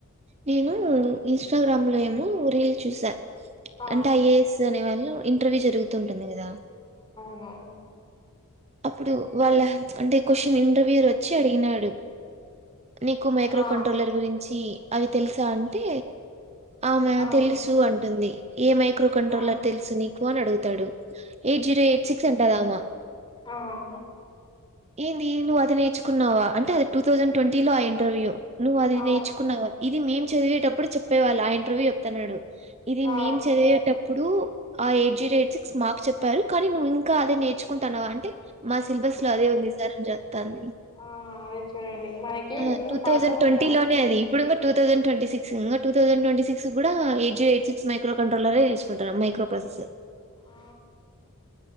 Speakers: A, on the right; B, on the left.
A: నేను ఇన్స్టాగ్రామ్ లో ఏమో రీల్ చూసా
B: ఆ
A: అంటే ఐఏఎస్ అనేవాళ్ళు ఇంటర్వ్యూ జరుగుతుం టుంది కదా
B: అవును.
A: అప్పుడు వాళ్ళ అంటే క్వశ్చన్ ఇంటర్వ్యూర్ వచ్చి అడిగినాడు. నీకు మైక్రో
B: ఆ
A: కంట్రోలర్ గురించి అవి తెలుసా అంటే ఆమె
B: ఆ
A: తెలుసు అంటుంది. ఏ మైక్రో కంట్రోలర్
B: ఆ
A: తెలుసు నీకు అని అడుగుతు దడు ఎయిట్ జీరో ఎయిట్ సిక్స్ అంటదామే
B: ఆహా!
A: ఏంది నువ్వు అది నేర్చుకున్నావా అంటే అది టూ థౌజండ్ ట్వంటీ లో ఆ ఇంటర్వ్యూ నువ్వు అది
B: ఆ
A: నేర్చుకున్నావ ఇది మెయిన్ చదివేటప్పుడు చెప్పేవాళ్ళు ఆ ఇంటర్వ్యూ చెప్తన్నాడు. ఇది
B: ఆ
A: మేం చదివేటప్పుడు ఆ ఎయిట్ జీరో ఎయిట్ సిక్స్ మాకు చెప్పారు. కానీ నువ్వు ఇంకా అదే నేర్చుకుంటాన్నావా అంటే మా శిల్ అదే ఉంది సర్ అని చెప్తాంది.
B: ఆ అదే చూడండి మనకి
A: ఆ
B: ముందు
A: టూ
B: పాత
A: తౌజండ్
B: ఉన్నవన్నీ
A: ట్వంటీ లోనే అది ఇప్పుడింగా టూ తౌసాండ్ ట్వంటీ సిక్స్ ఇంగ టూ థౌసండ్ ట్ంటీ సిక్స్ కూడా eight zero eight six micro కంట్రోలరేసుకుంటారు మైక్రో ప్రాసెసర్
B: ఆ